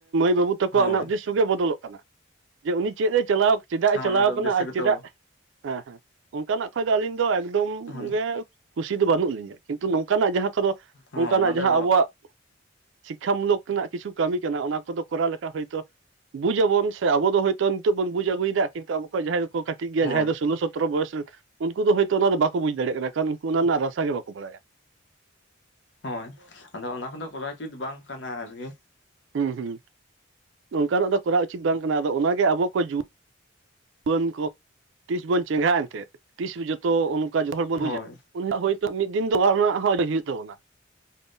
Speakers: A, on the right (about 70°); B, on the left (about 60°).
A: ᱵᱟᱹᱵᱩ ᱛᱟᱠᱚᱣᱟᱜ
B: ᱦᱳᱭ
A: ᱚᱱᱟ ᱩᱫᱽᱫᱤᱥᱚ ᱜᱮ ᱵᱚᱫᱚᱞᱚᱜ ᱠᱟᱱᱟ᱾ ᱡᱮ ᱩᱱᱤ ᱪᱮᱫ ᱮ ᱪᱟᱞᱟᱣ- ᱪᱮᱫᱟᱜ ᱮ
B: ᱦᱚᱸ
A: ᱪᱟᱞᱟᱣ
B: ᱚᱱᱟ ᱫᱚ
A: ᱠᱟᱱᱟ
B: ᱩᱫᱽᱫᱮᱥᱥᱚ
A: ᱟᱨ ᱪᱮᱫᱟᱜ
B: ᱜᱮᱛᱚ
A: ᱦᱮᱸ ᱦᱮᱸ ᱚᱱᱠᱟᱱᱟᱜ ᱠᱷᱚᱱ ᱫᱚ ᱟᱹᱞᱤᱧ ᱫᱚ ᱮᱠᱫᱚᱢ
B: ᱦᱚᱸ
A: ᱜᱮ ᱠᱩᱥᱤ ᱫᱚ ᱵᱟᱹᱱᱩᱜ ᱞᱤᱧᱟ᱾ ᱠᱤᱱᱛᱩ ᱱᱚᱝᱠᱟ ᱱᱟᱜ ᱡᱟᱦᱟᱸ <unintelligible> ᱫᱚ
B: ᱚᱱᱟ
A: ᱚᱱᱠᱟᱱᱟᱜ ᱡᱟᱦᱟᱸ
B: ᱫᱚ
A: ᱟᱵᱚᱣᱟᱜ ᱥᱤᱠᱠᱷᱟ ᱢᱩᱞᱞᱚᱠ ᱨᱮᱱᱟᱜ ᱠᱤᱪᱷᱩ ᱠᱟᱹᱢᱤ ᱠᱟᱱᱟ ᱚᱱᱟ ᱠᱚᱫᱚ ᱠᱚᱨᱟᱣ ᱞᱮᱠᱷᱟᱡ ᱦᱳᱭᱛᱳ ᱵᱩᱡ ᱟᱵᱚᱱ ᱥᱮ ᱟᱵᱚ ᱫᱚ ᱦᱚᱭᱛᱚ ᱱᱤᱛᱚᱜ ᱵᱚᱱ ᱵᱩᱡᱽ ᱟᱹᱜᱩᱭᱮᱫᱟ ᱠᱤᱱᱛᱩ ᱟᱵᱚ ᱡᱟᱦᱟᱸᱭ ᱫᱚ ᱠᱚ ᱠᱟᱹᱴᱤᱡ ᱜᱮᱭᱟ
B: ᱦᱳᱭ
A: ᱡᱟᱦᱟᱸᱭ ᱫᱚ ᱥᱳᱞᱳ ᱥᱚ ᱥᱟᱛᱨᱚ ᱵᱚᱭᱚᱥ ᱨᱮᱱ ᱩᱱᱠᱩ ᱫᱚ ᱦᱳᱭᱛᱚ ᱚᱱᱟ ᱫᱚ ᱵᱟᱠᱚ ᱵᱩᱡᱽ ᱫᱟᱲᱮᱭᱟᱜ ᱠᱟᱱᱟ ᱠᱟᱨᱚᱱ ᱩᱱᱠᱩ ᱚᱱᱟ ᱨᱮᱱᱟᱜ ᱨᱟᱥᱟ ᱵᱟᱠᱚ ᱵᱟᱲᱟᱭᱟ᱾
B: ᱦᱳᱭ ᱟᱫᱚ ᱚᱱᱟ ᱠᱚᱱᱫᱚ ᱠᱚᱨᱟᱭ ᱩᱪᱤᱛ ᱵᱟᱝ ᱠᱟᱱᱟ ᱟᱨᱠᱤ᱾
A: ᱦᱩᱸ ᱦᱩᱸ ᱱᱚᱝᱠᱟᱱᱟᱜ ᱫᱚ ᱠᱚᱨᱟᱣ ᱩᱪᱤᱛ ᱵᱟᱝ ᱠᱟᱱᱟ ᱟᱫᱚ ᱚᱱᱟᱜᱮ ᱟᱵᱚ ᱠᱚ ᱡᱩ ᱡᱩᱣᱟᱹᱱ ᱠᱚ ᱛᱤᱥ ᱵᱚᱱ ᱪᱮᱸᱜᱷᱟᱜ-ᱟ ᱮᱱᱛᱮᱫ᱾ ᱛᱤᱥ ᱡᱷᱚᱛᱚ ᱚᱱᱠᱟ ᱡᱷᱚᱛᱚ ᱦᱚᱲ ᱵᱚᱱ
B: ᱦᱳᱭ
A: ᱵᱩᱡᱟ <unintelligible> ᱦᱳᱭ᱾ ᱢᱤᱫ ᱫᱤᱱ ᱫᱚ <unintelligible> ᱨᱮᱱᱟᱜ ᱦᱚᱸ ᱞᱟᱹᱭ ᱦᱩᱭᱩᱜ ᱛᱟᱵᱚᱱᱟ᱾